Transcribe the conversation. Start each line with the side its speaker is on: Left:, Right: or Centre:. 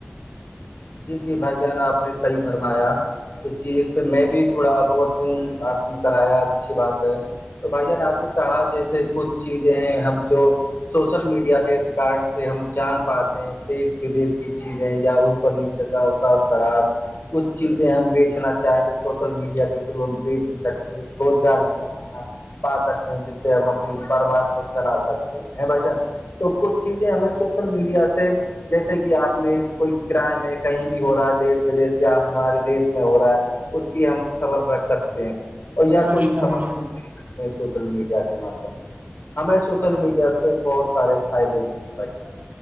Left: جی جی بھائی جان آپ نے صحیح فرمایا اس چیز سے میں بھی تھوڑا بہت ہوں آپ نے کرایا اچھی بات ہے تو بھائی جان آپ نے کہا جیسے کچھ چیزیں ہیں ہم جو سوشل میڈیا کے کارن سے ہم جان پاتے ہیں دیش ودیش کی چیزیں یا نیچے کا اتاار چڑا کچھ چیزیں ہم بیچنا چاہیں تو سوشل میڈیا کے تھرو ہم بیچ بھی سکتے ہیں ایک روزگار بھی ہم اپنا پا سکتے ہیں جس سے ہم اپنی پرریوار کو چلا سکتے ہیں ہیں بھائی جان تو کچھ چیزیں ہمیں سوشل میڈیا سے جیسے کہ آپ نے کوئی کرائے میں کہیں بھی ہو رہا ہے دیش ودیش یا ہمارے دیش میں ہو رہا ہے اس کی ہم خبر رکھ سکتے ہیں اور یا
Right: ماشاء
Left: کوئی
Right: اللہ
Left: خبر
Right: بھائی جان
Left: ہم د یہ سوشل میڈیا کے مادھیم سے ہمیں سوشل میڈیا سے بہت سارے فائدے بھی ہیں بھائی جان